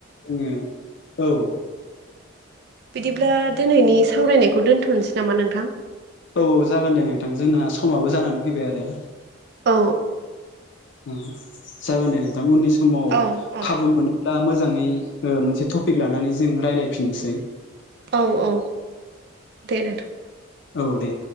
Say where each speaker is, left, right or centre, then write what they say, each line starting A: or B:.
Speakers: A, on the left (about 60°); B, on the right (about 50°).
A: ओम औ
B: बिदिब्ला दिनैनि सावरायनायखौ दोन्थ'नोसै नामा नोंथां
A: औ औ जागोन दे नोंथां जोंना समाबो जानानै फैबाय आरो
B: औ
A: ओम जागोन दे नोंथां उननि स माव
B: औ औ
A: खाबु मोनोब्ला मोजाङै ओ मोनसे टि पिक लानानै जों रायलायफिननोसै
B: औ औ दे नोंथां
A: औ दे